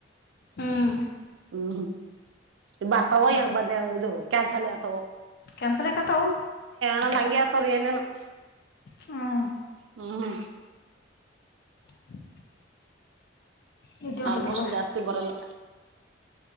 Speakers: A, on the left; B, on the right.
A: ಹ್ಮ್
B: ಹ್ಮ್ ಬರ್ತಾವೋ
A: ಹ್ಮ್
B: ಏನ್ ಇದು ಕ್ಯಾನ್ಸಲ್ ಆತಾವೋ
A: ಕ್ಯಾನ್ಸಲ್ ಆಕತಾವು
B: ನಂದು ಹಂಗೆ ಆಯ್ತು <unintelligible>
A: ಹ್ಮ್
B: ಹ್ಮ್
A: <unintelligible> ನಿದ್ದೆ ಹೊಂಟದ
B: ಆಲ್ಮೋಸ್ಟ್
A: ನೋಡುವ
B: ಜಾಸ್ತಿ ಬರಲ್ಲ